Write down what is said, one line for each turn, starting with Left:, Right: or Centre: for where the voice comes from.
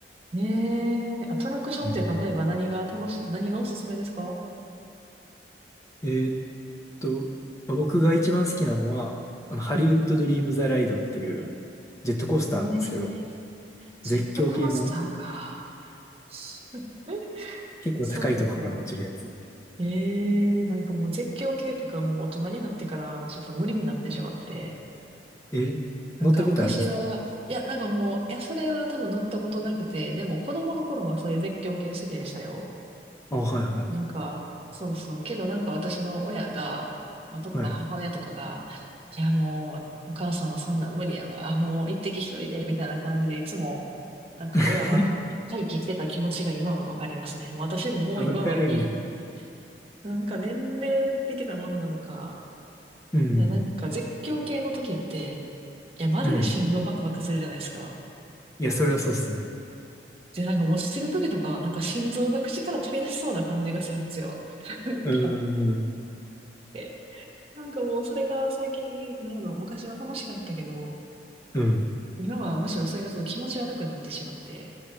Right: うん。えー、アトラクションって例えば何が楽しい、
Left: うん
Right: 何がおすすめですか
Left: えーっと、まあ僕が一番好きなのは、あの、ハリウッド・
Right: うんうん。
Left: ドリーム・ザ・ライドっていうジェットコースターなんですけど、
Right: えー、ジェットコースターか。
Left: 絶叫系の
Right: <laughs>
Left: 結構高いとこから落ちるやつ。
Right: そうか。えー、なんかもう絶叫系とかもう大人になってからちょっと無理になってしまって。
Left: えー乗ったことあるんですか
Right: なんか昔は、いや、なんかもう、いや、それは多分乗ったことなくて、でも子供の頃はそういう絶叫系好きでしたよ。
Left: あ、はいは
Right: なんか、そうそう。けどなんか私の親が、まあ、と、
Left: い。
Right: まあ母親とかが、
Left: はい。
Right: いやもう、お母さんはそんなん無理やわ。もう一滴一人で、みたいな感じで、いつも、なんか親は待機してた気持ちが今はわかりますね。
Left: <laughs>
Right: もう私ももう今はいい。
Left: わかるんや。
Right: なんか年齢的なものなのか、
Left: うん。
Right: いや、なんか絶叫系の時って、いや、マジで心臓バクバクするじゃないですか。
Left: うん。いや、それはそうっすね。
Right: で、なんか落ちてる時とか、なんか心臓が口から飛び出しそうな感じがするんですよ。<laughs> なんか、
Left: うん。うん。
Right: で、なんかもうそれが最近、なんやろ、昔は楽しかったけど、
Left: うん
Right: 今はむしろそれがちょっと気持ち悪くなってしまって、